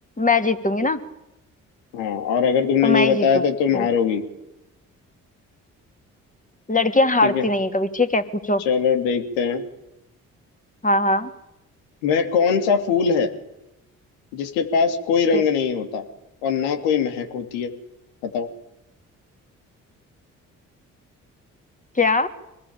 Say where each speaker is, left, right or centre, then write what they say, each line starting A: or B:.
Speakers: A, on the left (about 20°); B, on the left (about 75°).
A: मैं जीतूंगी ना
B: हाँ और अगर तुमने
A: तो मैं
B: नहीं
A: ही
B: बताया
A: जीतूंगी
B: तो तुम हारोगी
A: लड़कियां हारती
B: ठीक है
A: नहीं है कभी ठीक है पूछो
B: चलो देखते हैं
A: हाँ हाँ
B: वह कौन सा फूल है जिसके पास कोई रंग
A: ठीक
B: नहीं होता और ना कोई महक होती है बताओ
A: क्या